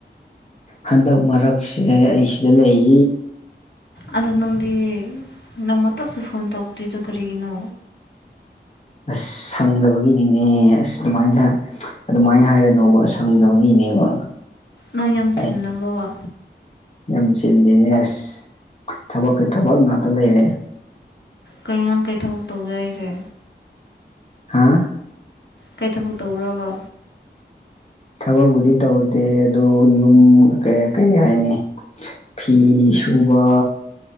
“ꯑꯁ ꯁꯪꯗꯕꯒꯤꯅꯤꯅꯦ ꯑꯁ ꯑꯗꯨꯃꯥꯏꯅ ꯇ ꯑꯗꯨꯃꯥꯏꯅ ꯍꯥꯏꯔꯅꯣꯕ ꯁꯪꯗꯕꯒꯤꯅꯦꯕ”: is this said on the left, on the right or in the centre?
Left